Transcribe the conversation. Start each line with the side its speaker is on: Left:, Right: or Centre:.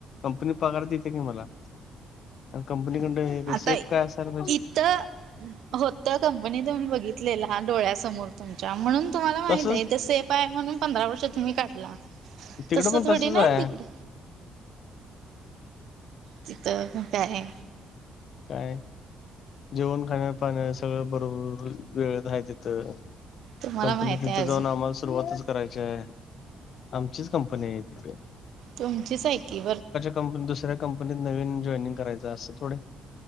Left: कंपनी पगार देते काी मला. कंपनीकड
Right: आता
Left: सेफ काय असजे.
Right: इथं होत कंपनी आम्ही बघितलेला डोळ्यासमोर. तुमच्या म्हणून तुम्हाला माहित
Left: तसंच
Right: आहे ते सेफ आहे म्हणून पंधरा वर्ष तुम्ही काढली.
Left: तिकडं
Right: तस
Left: पण
Right: थोडी
Left: तसंच आहे
Right: नाय तिकडं. तिथं मग काय.
Left: काय? जेवण खाण्या पाण्या सगळं बरोबर वेळ आहे तिथं.
Right: तुम्हाला
Left: कंपनी
Right: माहित
Left: तिथे
Right: आहे अजून
Left: जाऊन आम्हाला सुरुवातच करायची आहे. आमचीच कंपनी आहे तिकं.
Right: तुमची हायकी
Left: कंपनी दुसऱ्या कंपनीत नवीन जॉईनंग करायचं असत थोडे